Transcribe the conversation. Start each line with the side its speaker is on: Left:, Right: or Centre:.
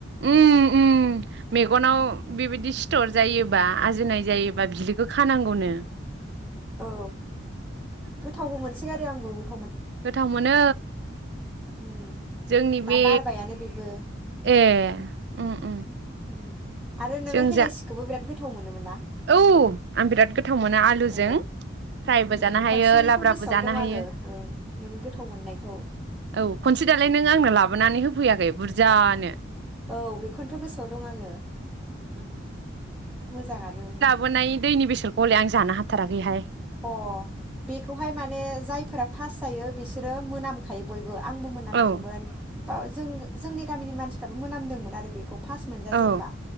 Right: उम उम मेगनाव बिबायदि सिथर जायोबा। आजोनाय जायोबा बिलोगो खानांगौनो‌।
Centre: औ‌। गोथावबो मोनसो गारो आंबोब
Right: गोथाव मोनो।
Centre: उम
Right: जोंनि
Centre: दा
Right: बे
Centre: बारबायानो बेबो
Right: ए उम उम।
Centre: उम आरो नोङो
Right: जों
Centre: हलाइसिखौबो
Right: जा
Centre: बिराद गोथ थाव मोनोमोन ना।
Right: औ आं बिरााद गोथ थाव मोनो आलुजों
Centre: औ
Right: फ्रायबो
Centre: उम
Right: जानो हायो
Centre: खनसेनिखौ
Right: लाब्राबो
Centre: गोसोआव
Right: जानो
Centre: दं
Right: हायो
Centre: आङो ओं नों गोथाव मोननायखौ
Right: औ खनसे दालाय नों आंनो लाब बोनानै होफैयाखै बुरजानो।
Centre: औ बेखौनोथ' गोसोआव दं आङो मोजाङानो मोन ना।
Right: बोनाय दैनि बेसरखौ हलाय आं जानो हाथाराखैहाय।
Centre: अ बेखौहाय माने जायफोरा फास जायो बिसोरो मोनामखायो बयब बो आंबो मोनामदोंमोन।
Right: औ
Centre: बा जों जोंनि गामिनि मानसिफ्राबो मोनामदोंमोन आरो बेखौब फास मोनजाजेनबा
Right: औ